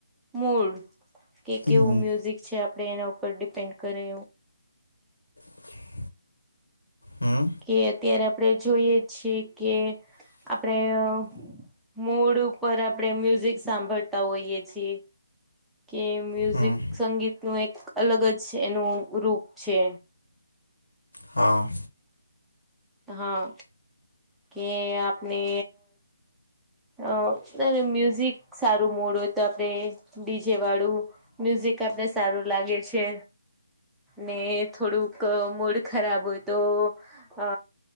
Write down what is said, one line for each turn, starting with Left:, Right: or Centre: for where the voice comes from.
Centre: મડ કે
Left: હમ
Centre: કેવું મ્યુઝિક છે આપડે એના ઉપર ડિપેન્ડ કરે
Left: હ હમ
Centre: કે અત્યારે આપડણે જોઈએ છીએ કે આપણેે મૂડ ઉપર આપણેે મ્યુઝિક સાંભળતા હોઈય છીએ કે મ્યુઝિક
Left: હમ
Centre: સંગીતનુંું એક અલગ જ એનું રૂપ છે
Left: હા
Centre: હા કે આપને અ અને મ્યુઝિક સારું મોડ હોય તો આપડે ડીજે વાળું મ્યુઝિક આપને સારું લાગે છે ને થોડુંક મૂડ ખરાબ હોય તો અ